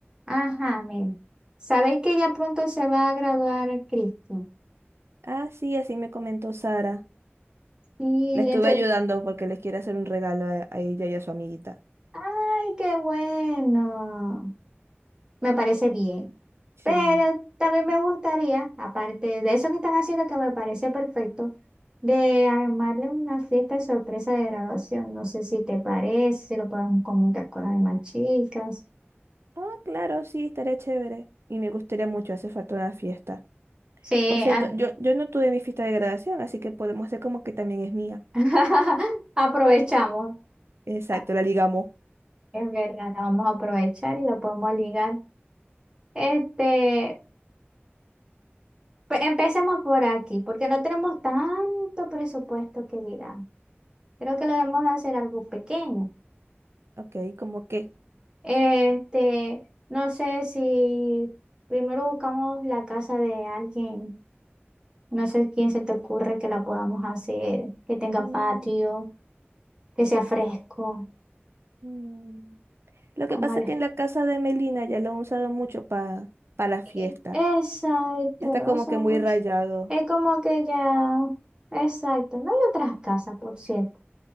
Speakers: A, on the right (about 20°); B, on the right (about 75°).
A: Ajá, men. Sabéis que ya pronto se va a graduar Cristo.
B: Ah, sí, así me comentó Sara.
A: Sí.
B: Le estuve
A: entonces,
B: ayudando porque les quiere hacer un regalo a, a ella y a su amiguita.
A: ay, qué bueno. Me parece bien.
B: Sí.
A: Pero también me gustaría, aparte de eso que están haciendo, que me parece perfecto, de armarle una fiesta de sorpresa de graduación. No sé si te parece, si lo podemos comentar con las demás chicas.
B: Ah, claro, sí, estaría chévere. Y me gustaría mucho, hace falta una fiesta.
A: Sí,
B: Por cierto,
A: ah,
B: yo, yo no tuve mi fiesta de graduación, así que podemos hacer como que también es mía.
A: <laughs> aprovechamos.
B: Exacto,
A: Ah,
B: la ligamos.
A: Es verdad, la vamos a aprovechar y la podemos ligar. Este, Pe- Empecemos por aquí, porque no tenemos tanto presupuesto que digamos. Creo que lo debemos de hacer algo pequeño.
B: Ok, como qué?
A: Este, no sé si primero buscamos la casa de alguien, no sé quién se te ocurre que la podamos hacer, que tenga
B: Mm,
A: patio, que sea fresco,
B: mm. Lo
A: como
B: que pasa
A: el...
B: es que en la casa de Melina ya lo han usado mucho para la fiesta.
A: e- Exacto,
B: Ya está
A: lo
B: como
A: uso
B: que muy
A: mucho.
B: rayado.
A: Es como que ya, exacto, no hay otras casas, por cierto.